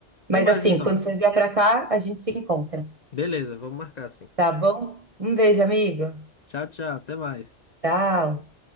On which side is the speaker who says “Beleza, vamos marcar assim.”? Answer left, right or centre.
Left